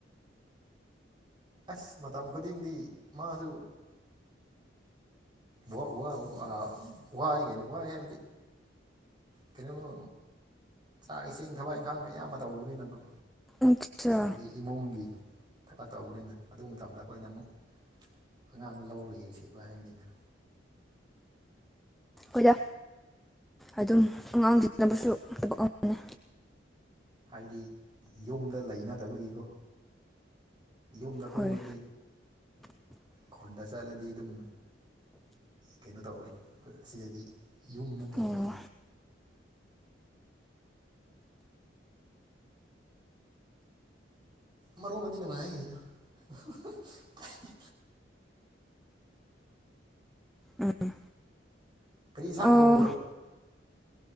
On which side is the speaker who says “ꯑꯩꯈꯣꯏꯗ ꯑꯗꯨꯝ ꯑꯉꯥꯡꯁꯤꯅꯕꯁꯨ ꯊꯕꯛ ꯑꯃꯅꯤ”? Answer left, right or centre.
Centre